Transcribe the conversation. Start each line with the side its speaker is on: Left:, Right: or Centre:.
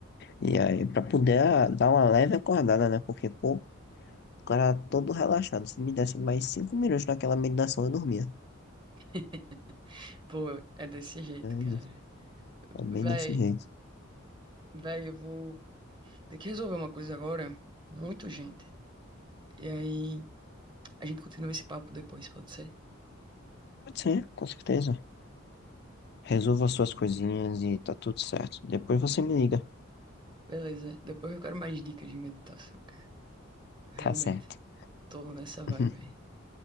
Left: E aí, pra poder ah, dar uma leve acordada, né? Porque, pô, o cara todo relaxado. Se me desse mais cinco minutos naquela meditação, eu dormia.
Right: <laughs> Pô, é desse jeito,
Left: É
Right: cara.
Left: isso. É bem
Right: Véi,
Left: desse jeito.
Right: véi, eu vou ter que resolver uma coisa agora. Muito gente. E aí a gente continua esse papo depois, pode ser?
Left: Pode ser, com certeza. Resolva suas coisinhas e tá tudo certo. Depois você me liga.
Right: Beleza. Depois eu quero mais dicas de meditação, cara. Eu
Left: Tá
Right: realmente
Left: certo.
Right: tô nessa vibe
Left: <laughs>
Right: aí.